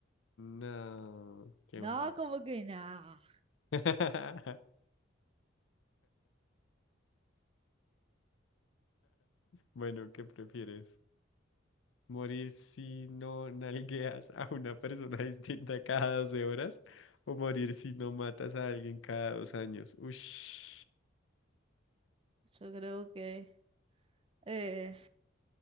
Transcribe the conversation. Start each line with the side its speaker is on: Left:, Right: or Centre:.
Left: no, qué
Right: No,
Left: mal.
Right: como que nada.
Left: <laughs> Bueno, ¿qué prefieres? ¿Morir si no nalgueas a una persona <laughs> distinta cada 12 horas? ¿O morir si no matas a alguien cada dos años? Ush.
Right: Yo creo que Eh,